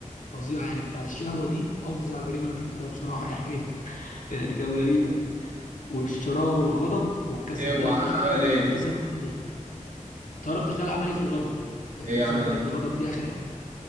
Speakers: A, on the left (about 75°); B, on the right (about 65°).
A: فظيعة يعني بتاع الشهوة دي أفظع جريمة أنا شفتها بصراحة <laughs> يعني ف... يعني كانت غريبة والشراهة والغضب والكسل
B: ايه هو
A: تعرف
B: ع-
A: آخر
B: عمل
A: حاجة
B: ايه
A: نفذها غرور إيه؟ تعرف تخيل عمل إيه في الغضب يعني
B: ايه
A: بص
B: عمل
A: أنا هديك
B: ايه
A: الغضب دي آخر حاجة